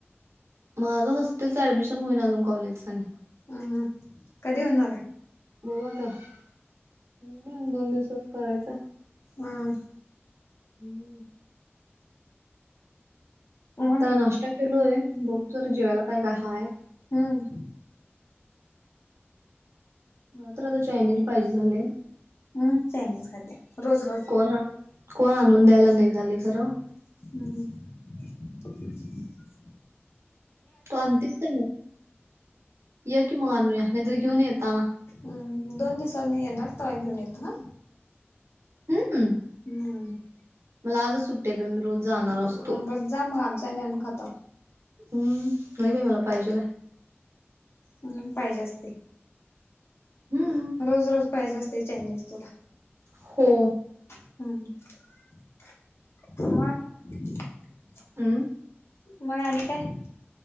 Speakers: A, on the right; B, on the left.
A: माझं हॉस्टेलचं ऍडमिशन होईल अजून कॉलेज आणि.
B: हम हम कधी होणार आहे.
A: बघता <inaudible> दोन दिवसात करायचं हाय.
B: हा हा,
A: हम.
B: मग
A: आता नाश्ता केलोय बघ तू तर जेवायला काय काय हाय.
B: हम्म.
A: मला तर आता चायनीज पाहिजे झाले.
B: हम्म चायनीज खाते रोज रोज.
A: कोण कोण आणून द्यायला नाही झाले खरं.
B: हम हम.
A: तू आणतीच का मग ये कि मग आणूया नाही तर घेऊन येताना.
B: हा दोन दिवससा न येणार तवा घेऊन येतो हा.
A: हम्म हम्
B: हम्म
A: मला आज च सुट्टी आहे मी रोज जाणार असतो.
B: बरं जा मग आमचा आम्ही आणून खाताव.
A: हम् नाही बाई मला पाहिजेल आहे.
B: म्हणून पाहिजे असते
A: हम्म
B: रोज रोज पाहिजे असते चायनीज तुला.
A: हो,
B: हा हा मग.
A: हम्.
B: मग आणि काय.